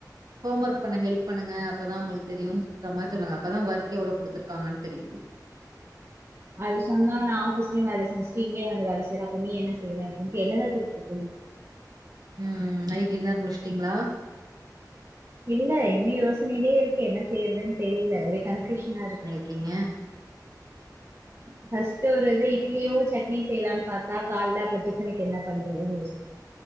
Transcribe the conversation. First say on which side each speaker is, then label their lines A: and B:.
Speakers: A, on the right; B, on the right.
A: ஹோம் ஒர்க் பண்ண ஹெல்ப் பண்ணுங்க அப்பதா உங்களுக்கு தெரியு சொல்ற மாரி சொல்ங்க அப்பதா ஒர்க் எவ்ளோ குடுத்திருக்காங்க தெரியு
B: அது சொன்னா நா ஆபீஸ்லயு வேல செஞ்ச்சுட்டு இங்கயு வந்து வேல செய்ற அப்ப நீ என்ன செய்ற அப்படின்ட்டு என்ன தா திருப்பி கேப்பாங்க
A: ம் நைட் டின்னர் முடிச்சிடிங்ளா
B: இல்ல இன்னு யோசனையிலே இருக்கு என்ன செய்றதுனு தெர்ல ஒரே கன்ஃபியூஷனா இருக்கு
A: ப்பீங்க
B: ஃபஸ்டு ஒரு இது இட்லியு சட்னி செய்லானு பாத்த கால்ல அப்ப டிஃபனுக்கு என்ன பண்றதுனு யோ